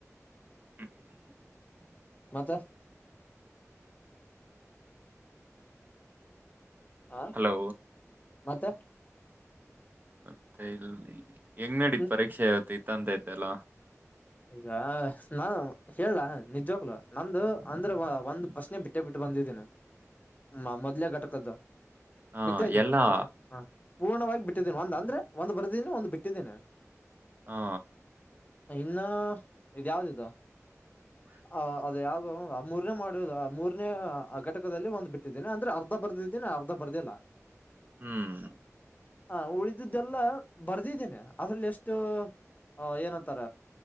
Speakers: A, on the right; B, on the left.
A: ಹ್ಮ
B: ಮತ್ತ್ ಹಾ
A: ಹಲೋ
B: ಮತ್ತೆ
A: ಮತ್ತೆ ಇಲ್ ಹೆಂಗ್ ನಡಿತ್
B: ಹ್ಮ್
A: ಪರೀಕ್ಷೆ ಇವತ್ತ ಇತ್ತಂತಿದ್ದಲ್ಲ
B: ಈಗ ನಾ ಹೇಳಲಾ ನಿಜವಾಗ್ಲು ನಂದು ಅಂದ್ರ ಒಂದ್ ಪ್ರಶ್ನೆ ಬಿಟ್ಟೇ ಬಿಟ್ಟ ಬಂದಿದ್ದೀನ ಹ ಮ ಮೊದ್ಲೆ ಘಟಕದ್ದು
A: ಹ
B: ಬಿತ್ತ್ದೇನೆ
A: ಎಲ್ಲಾ
B: ಪೂ ಹ ಪೂರ್ಣವಾಗಿ ಬಿಟ್ಟಿದ್ದೀನಿ ಒಂದ ಅಂದ್ರೆ ಒಂದ ಬರ್ದೀದಿನಿ ಒಂದ ಬಿಟ್ಟಿದ್ದೀನಿ
A: ಹಾ
B: ಇನ್ನ್ ಇದ ಯಾವ್ದಿದು
A: <inaudible>
B: ಆ ಅದ ಯಾವದು ಆ ಮೂರನೇ ಮಾಡೋದು ಮೂರನೇ ಘಟಕದಲ್ಲಿ ಒಂದ್ ಬಿಟ್ಟಿದ್ದೇನೆ ಅಂದ್ರ ಅರ್ಧ ಬರ್ದಿದ್ದನಿ ದಿನ ಅರ್ಧ ಬರ್ದಿಲ್ಲ್
A: ಹ್ಮ್
B: ಹ ಉಳಿದ್ದೆಲ್ಲ ಬರ್ದಿದ್ದೇನೆ ಅದ್ರಲ್ಲಿ ಎಷ್ಟು ಹ ಏನಂತಾರ.